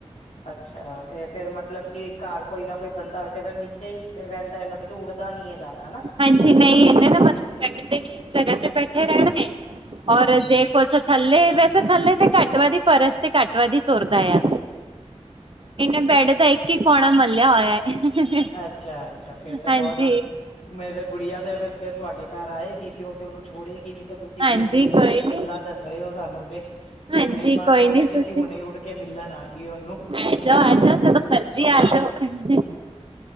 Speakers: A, on the left (about 80°); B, on the right (about 50°).
A: ਅੱਛਾ ਤੇ ਫੇਰ ਮਤਲਬ ਕਿ ਘਰ ਕੋਈ ਨਾ ਕੋਈ ਬੰਦਾ ਹੋਵੇ ਤੇ ਫਿਰ ਨੀ ਨੀਚੇ ਰਹਿੰਦਾ ਐ ਮਤਲਬ ਕਿ ਉੱਡਦਾ ਨੀ ਏ ਜ਼ਿਆਦਾ ਹਨਾ।
B: ਹਾਂਜੀ, ਨਹੀਂ ਇਹਨਾਂ ਨਾ ਮਤਲਬ ਮੈਂ ਕਿਤੇ ਵੀ ਇੱਕ ਜਗ੍ਹਾ ਤੇ ਬੈਠੇ ਰਹਿਣਾ ਏ,
A: ਹੂੰ-ਹੂੰ
B: ਔਰ ਜੇ ਕੁਛ ਥੱਲੇ ਵੈਸੇ ਥੱਲੇ ਤੇ ਘੱਟ ਵੱਧ ਹੀ ਫਰਸ਼ ਤੇ ਘੱਟ ਵੱਧ ਹੀ ਤੁਰਦਾ ਆ। ਇਹਨੇ ਬੈਡ ਦਾ ਇੱਕ ਹੀ ਕੌਨਾ ਮਲਿਆ ਹੋਇਆ। ਹੈ
A: ਅੱਛਾ ਅੱਛਾ, ਫੇਰ ਤਾਂ
B: ਹਾਂਜੀ
A: ਬਹੁਤ ਮੇਰੇ ਗੁੜੀਆਂ ਤੇ ਫਿਰ ਤੇ ਤੁਹਾਡੇ ਘਰ ਆਏਗੀ ਤੇ ਉਹ ਤੇ ਉਹਨੂੰ ਛੋੜੇਗੀ ਨੀ ਤੋ- ਤੁਸੀਂ ਇਹਦੀਆ
B: ਹਾਂਜੀ
A: ਐਨੀ ਐਨੀ ਅੱਛੀ
B: ਕੋਈ ਨੀ
A: ਗੱਲਾਂ ਦੱਸ ਰਹੇ ਹੋ ਸਾਨੂੰ ਤੇ,
B: ਹਾਂਜੀ
A: ਹੁਣੇ ਹੀ ਮਨ
B: ਕੋਈ
A: ਹੋ
B: ਨੀ
A: ਰਿਹਾ ਕਿ
B: ਤੁਸੀਂ
A: ਅਸੀਂ ਹੁਣੇ ਉੱਡ ਕੇ ਮਿਲਣ ਆ ਜੀਵਨ ਨੂੰ।
B: ਆ ਜਾਓ ਆ ਜਾਓ ਜਦੋਂ ਮਰਜ਼ੀ ਆ ਜਾਓ ਹਾਂਜੀ